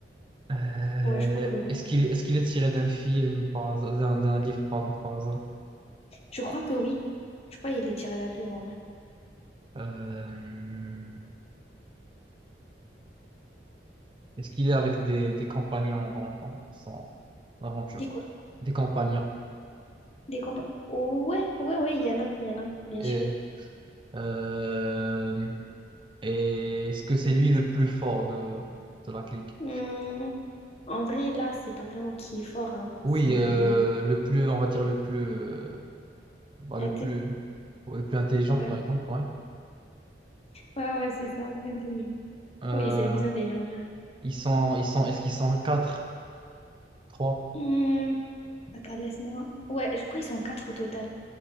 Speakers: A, on the right; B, on the left.
A: Euh,
B: Ouais, je crois que oui.
A: est-ce
B: hein.
A: qu'il, est-ce qu'il est tiré d'un film, par hasard- d'un, d'un livre, pardon, par hasard?
B: Je crois que oui. Je crois qu'il est tiré d'un livre, en vrai.
A: Euh, est-ce qu'il est avec des, des compagnons dans, dans son aventure?
B: Des quoi?
A: Des compagnons.
B: Des combats. Ouais, ouais, ouais, il y en a, il y en a, bien
A: Et,
B: sûr.
A: euh, Et est-ce que c'est lui le plus fort de, de la clique?
B: Hum, en vrai, là, c'est pas vraiment qui est fort, hein.
A: Oui,
B: C'est...
A: euh, le plus, on va dire le plus, euh, bah,
B: inté-
A: le plus, ouais, le plus intelligent,
B: Ouais,
A: par exemple, ouais.
B: ouais, ouais, c'est ça, intelligent.
A: Euh,
B: Oui, c'est le plus intelligent. je dirais.
A: ils sont, ils sont, est-ce qu'ils sont quatre, trois
B: Hum, Attends, laisse-moi. Ouais, je crois qu'ils sont quatre au total.